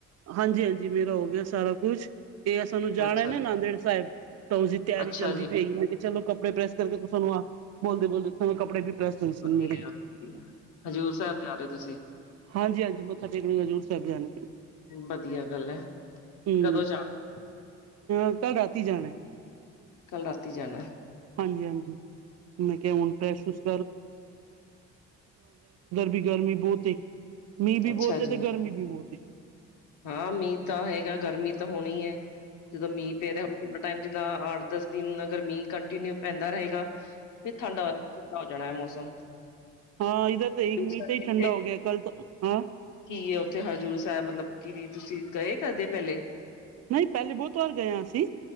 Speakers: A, on the right; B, on the left.
A: ਹਾਂਜੀ-ਹਾਂਜੀ, ਮੇਰਾ ਹੋ ਗੇਆ ਸਾਰਾ ਕੁੱਛ। ਏ ਅਸਾਂ ਨੂੰ
B: ਹੈ
A: ਜਾਣੈ
B: ਅੱਛਾ
A: ਨਾ,
B: ਜੀ।
A: ਨਾਂਦੇੜ ਸਾਏਬ, ਤਾਂ ਉਸਦੀ ਤੇਆਰੀ
B: ਅੱਛਾ
A: ਚੱਲਦੀ
B: ਜੀ
A: ਪਈ ਏ, ਮੈਂ ਕੇਆ ਚਲੋ ਕੱਪੜੇ ਪ੍ਰੈਸ ਕਰਕੇ ਤੂਸ ਤਾਨੂੰ ਆ ਬੋਲਦੇ-ਬੋਲਦੇ ਪੁ ਕੱਪੜੇ ਵੀ ਪ੍ਰੈਸ ਹੋਏ ਸਨ
B: ਵਦੀਆ-ਵਦੀਆ।
A: ਮੇਰੇ,
B: ਹਜ਼ੂਰ ਸੈਬ ਜਾ ਰਏ ਓ ਤੂਸੀ?
A: ਹਾਂਜੀ ਹਾਂਜੀ, ਮੱਥਾ ਟੇਕਣ ਹਜ਼ੂਰ ਸਾਹਿਬ ਜਾਣਾ।
B: ਬਦੀਆ ਗੱਲ ਐ,
A: ਹੂੰ,
B: ਕਦੋਂ ਜਾਣੈ?
A: ਅ ਕੱਲ ਰਾਤੀ ਜਾਣੈ।
B: ਕੱਲ ਰਾਤੀ ਜਾਨੈ।
A: ਹਾਂਜੀ-ਹਾਂਜੀ, ਮੈਂ ਕੇਆ ਹੁਨ ਤੇ ਅਸੀਸ <unintelligible> ਗਰਮੀ ਬੋਤ ਏ। ਮੀਂਹ ਵੀ
B: ਅੱਛਾ
A: ਬਹੁਤ ਏ
B: ਜੀ
A: ਤੇ ਗਰਮੀ ਵੀ ਬਹੁਤ ਏ
B: ਹਾਂ ਮੀਂਹ ਤਾਂ ਹੈਗਾ ਗਰਮੀ ਤਾਂ ਹੋਣੀ ਐ, ਜਦੋਂ ਮੀਂਹ ਪੈ ਰਿਹਾ ਥੋੜਾ ਟਾਈਮ ਜਿੱਦਾਂ ਆਠ ਦੱਸ ਦਿਨ ਗਰਮੀ ਕੰਟੀਨਿਊ ਪੈਂਦਾ ਰਹੇਗਾ ਫਿਰ ਠੰਡ ਆ ਹੋ ਜਾਣਾ ਹੈ ਮੌਸਮ।
A: ਹਾਂ ਇਧੱਰ ਤੇ
B: ਹਜ਼ੂਰ
A: ਇੱਕ ਮੀਂਹ
B: ਸਾਹਿਬ
A: ਤੇ ਹੀ
B: ਕਿੱਥੇ
A: ਠੰਡਾ ਹੋ ਗਿਆ ਕੱਲ ਤੋਂ, ਹਾਂ
B: ਕੀ ਐ ਉੱਥੇ ਹਜ਼ੂਰ ਸਾਹਿਬ ਮਤਲਬ ਕਿ ਤੁਸੀਂ ਗਏ ਕਰਦੇ ਪਹਿਲੇ?
A: ਨਹੀਂ ਪਹਿਲੇ ਬਹੁਤ ਵਾਰ ਗਏ ਅਸੀਂ